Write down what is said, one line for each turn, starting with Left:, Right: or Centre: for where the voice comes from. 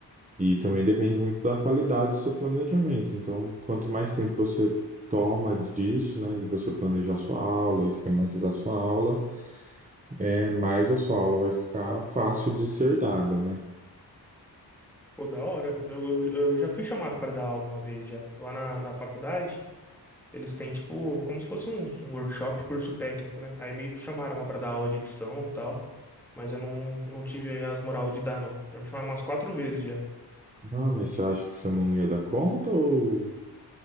Right: E também depende muito da qualidade do seu planejamento. Então, quanto mais tempo você toma disso, né, de você planejar sua aula, esquematizar sua aula, é mais a sua aula vai ficar fácil de ser dada, né?
Centre: Pô, da hora. Eu, eu, eu já fui chamado para dar aula uma vez já. Lá na, na faculdade, eles têm, tipo, como se fosse um, um workshop, curso técnico, né? Aí me chamaram lá para dar aula de edição e tal. Mas eu não, não tive as moral de dar, não. Já me chamaram umas quatro vezes já.
Right: Não, mas você acha que você não ia dar conta ou...